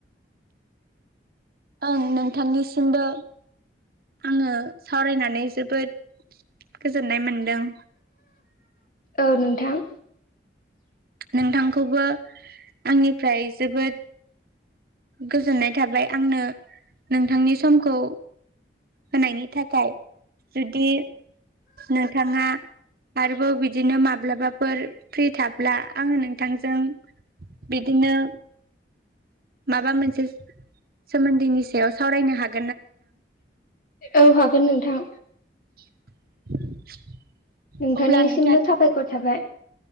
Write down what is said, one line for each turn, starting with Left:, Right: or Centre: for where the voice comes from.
Right: ओं नोंथांनिसिमबो आङो सावरायनानै जोबोद गोजोननाय मोनदों।
Left: औ नोंथां।
Right: नोंथांखौ खौबो आंनिफ्राय जोबोद गोजोननाय थाबाय आंनो नोंथांनि समखौ होनायनि थाखाय जुदि नोंथाङा आरोबाव बिदिनो मा माब्लाबाफोर फ्रि थाब्ला आं नोंथांजों बिदिनो माबा मोनसे सोमोन्दैनि सायाव सावरायनो हा
Left: औ हागोन नोंथां।
Right: <inaudible>
Left: नोंथांनिसिमबो
Right: अब्ला नोंथाङा
Left: साबायखर थाबाय।